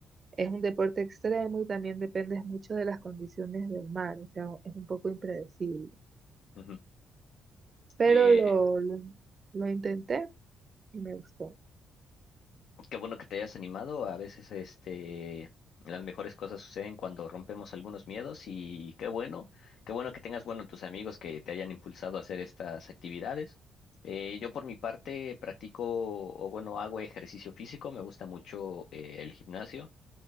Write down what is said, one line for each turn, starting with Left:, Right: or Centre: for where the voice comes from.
Right: es un deporte extremo y también depende mucho de las condiciones del mar, o sea, es un poco impredecible.
Left: ujú.
Right: Pero
Left: Eh,
Right: lo, lo, lo intenté y me gustó.
Left: Qué bueno que te hayas animado. A veces, este, las mejores cosas suceden cuando rompemos algunos miedos y qué bueno, qué bueno que tengas, bueno, tus amigos que te hayan impulsado a hacer estas actividades. Eh, yo por mi parte practico o bueno, hago ejercicio físico. Me gusta mucho eh, el gimnasio.